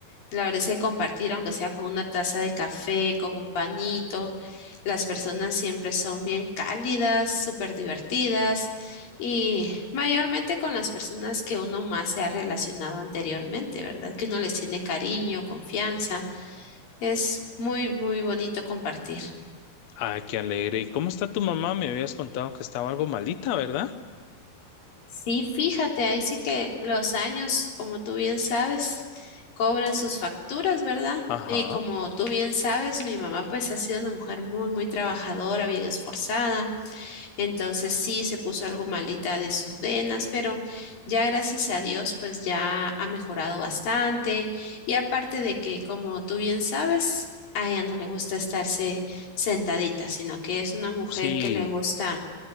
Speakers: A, on the left; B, on the left.
A: La verdad es que compartir, aunque sea con una taza de café, con un panito, las personas siempre son bien cálidas, súper divertidas y mayormente con las personas que uno más se ha relacionado anteriormente, ¿verdad? Que uno les tiene cariño, confianza. Es muy, muy bonito compartir.
B: Ah, qué alegre. ¿Y cómo está tu mamá? Me habías contado que estaba algo malita, ¿verdad?
A: Sí, fíjate, ahí sí que los años, como tú bien sabes, cobran sus facturas, ¿verdad?
B: Ajá.
A: Y como tú bien sabes, mi mamá pues ha sido una mujer muy, muy trabajadora, bien esforzada. Entonces sí, se puso algo malita de sus venas, pero ya gracias a Dios pues ya ha mejorado bastante. Y aparte de que, como tú bien sabes, a ella no le gusta estarse sentadita, sino que es una mujer
B: Sí.
A: que le gusta